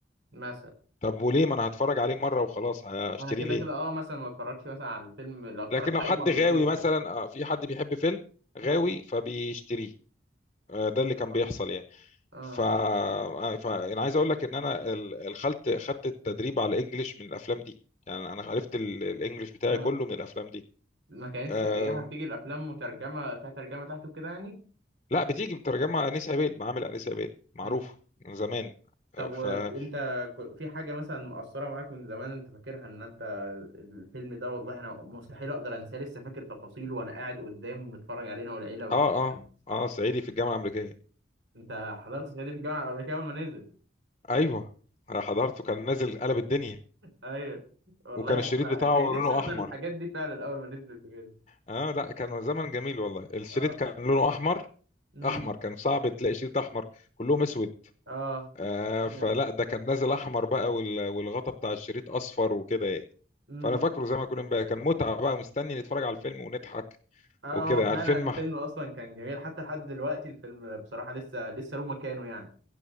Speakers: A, on the right; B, on the left.
A: مثلا
B: طب وليه ما انا هتفرج عليه مره وخلاص هشتريه
A: انا كده
B: ليه
A: كده اه مثلا ما اتفرجش مثلا على الفيلم لو اتفرجت
B: لكن لو
A: عليه
B: حد
A: مرتين
B: غاوي مثلا
A: لو
B: آه، في حد بيحب فيلم غاوي
A: امم
B: فبيشتريه آه، ده اللي كان
A: اه
B: بيحصل يعني
A: اه
B: ف... آه، ف... انا عايز اقول لك ان انا ال- الخلت خدت التدريب على الانجليش من الافلام دي يعني انا عرفت ال- الانجليش بتاعي
A: اه
B: كله من الافلام دي
A: ما كانتش
B: آه...
A: ايامها بتيجي الافلام مترجمه فيها ترجمه تحته كده يعني
B: لا بتيجي مترجمه انيس عبيد معامل انيس عبيد معروفه
A: امم
B: من زمان
A: طب
B: آه،
A: و...
B: ف اه
A: وانت ك- في حاجه مثلا مأثره معاك من زمان انت فاكرها ان انت الفيلم ده والله انا مستحيل اقدر انساه لسه فاكر تفاصيله وانا قاعد قدامه بنتفرج علينا والعيله والكلام
B: اه
A: ده
B: اه صعيدي في الجامعه الامريكيه
A: انت حضرت صعيدي في الجامعه الامريكيه اول ما نزل
B: ايوه أنا حضرته كان نازل قلب الدنيا
A: ايوه والله
B: وكان
A: يا عم
B: الشريط
A: أنا
B: بتاعه
A: كان
B: لونه
A: نفسي احضر
B: احمر
A: الحاجات دي فعلا اول ما نزلت كده
B: اه لا كان زمن جميل والله الشريط
A: اه
B: كان لونه احمر
A: امم
B: احمر كان صعب تلاقي شريط احمر كلهم اسود
A: اه
B: آه
A: فعلا.
B: فلا ده كان نازل احمر بقى وال- والغطا بتاع الشريط اصفر وكده يعني
A: امم
B: فانا فاكره زي ما كنا امبارح كان متعه بقى مستني نتفرج على الفيلم ونضحك
A: اه
B: وكده
A: هو فعلا
B: على الفيلم
A: الفيلم اصلا كان جميل حتى لحد دلوقتي الفيلم بصراحه لسه لسه له مكانه يعني